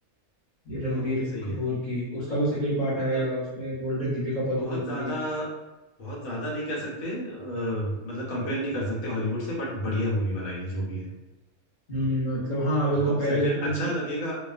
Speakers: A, on the left; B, on the left.
A: ये रणबीर
B: हाँ वो भी सही
A: कपूर
B: है
A: की उसका भी सेकंड
B: अ,
A: पार्ट
B: मतलब
A: आएगा उसमें बोल रहे दीपिका पादुकोण
B: बहुत
A: होगी
B: ज्यादा बहुत ज्यादा नहीं कह सकते अ, मतलब कंपेयर नहीं कर सकते हॉलीवुड से बट बढ़िया मूवी बनाई है जो भी है
A: हम्म मतलब हाँ
B: आई
A: वही
B: होप
A: कंपैरिजन
B: सेकंड अच्छा लगेगा